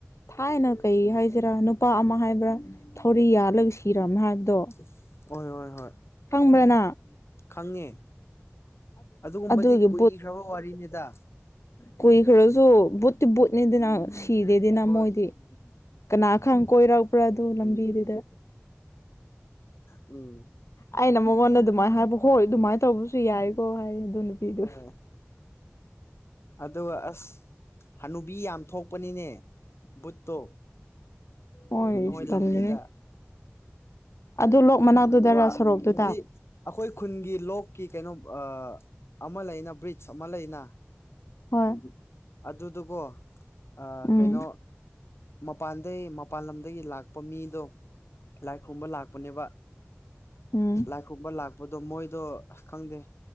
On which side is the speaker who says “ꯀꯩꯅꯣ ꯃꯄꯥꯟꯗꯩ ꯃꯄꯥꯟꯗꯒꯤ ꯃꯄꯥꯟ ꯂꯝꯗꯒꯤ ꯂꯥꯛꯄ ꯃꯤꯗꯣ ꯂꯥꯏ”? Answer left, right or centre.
Left